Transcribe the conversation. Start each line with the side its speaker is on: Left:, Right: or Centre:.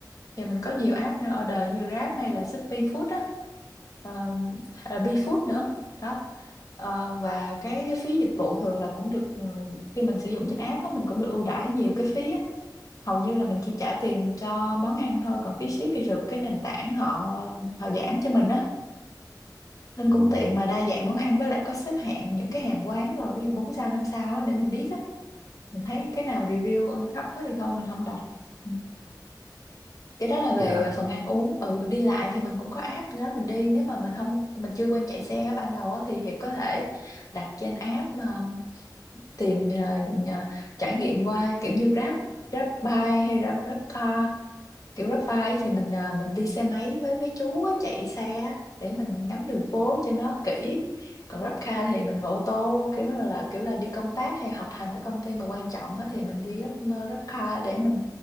Left: thì mình có nhiều app nên order như Grab hay là Shopee Food á ờ, hay là BeFood nữa đó Ờ, và cái phí dịch vụ thường là cũng được ừ, khi mình sử dụng trên app á mình cũng được ưu đãi nhiều cái phí á hầu như là mình chỉ trả tiền cho món ăn thôi còn phí ship thì được cái nền tảng họ họ giảm cho mình á nên
Right: ừ.
Left: cũng tiện mà đa dạng món ăn với lại có xếp hạng những cái hàng quán rồi ví dụ 4 sao 5 sao á để mình biết á mình thấy cái nào review thấp quá thì thôi mình không đọc Ừ. cái đó là về
Right: thế cả
Left: phần ăn uống ừ đi lại thì mình cũng có app đó mình đi nếu mà mình không mình chưa quen chạy xe ban đầu á, thì Hiệp có thể đặt trên app mà tìm ờ, nhờ- trải nghiệm qua kiểu như Grab Grab Bike hay là Grab Car kiểu Grab bike thì mình à, mình đi xe máy với mấy chú á, chạy xe á, để mình ngắm đường phố cho nó kỹ còn Grab car thì mình ngồi ô tô kiểu là kiểu là đi công tác hay họp hành ở công ty mà quan trọng á, thì mình đi Grab Grab car để mình